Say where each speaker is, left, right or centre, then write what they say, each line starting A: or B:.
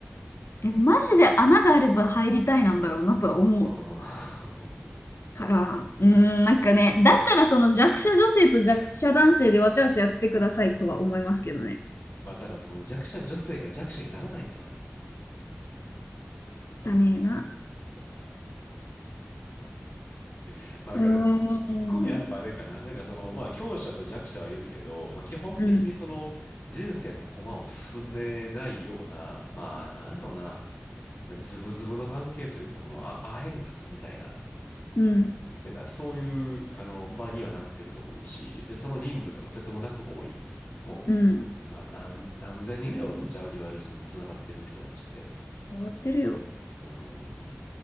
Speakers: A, on the left; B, on the left.
A: え、マジで穴があれば入りたいなんだろうなとは思う
B: う。うん。<laughs>
A: から、うーん、なんかね、だったらその弱者女性と弱者男性でわちゃわちゃやっててくださいとは思いますけどね。
B: まあ、ただその弱者女性が弱者にならないんだよな。
A: だねえな。
B: いやーまあ、だからでも、
A: うー
B: い一個目はやっぱあれかな。
A: ん。
B: なんかその、まあ、強者と弱者はいるけど、まあ、基本的にその、
A: うん。
B: 人生の駒を進めないような、まあ、なんやろな、まあズブズブの関係というか、このあアヘン窟みたいな、
A: うん。
B: なんかそういうあの場にはなってると思うし、で、その人数がとてつもなく多い。も
A: うん。
B: う、な、何、何千人ぐらいおるんちゃういわゆるその繋がってるの人たちって。
A: 終わってるよ。
B: うん。っ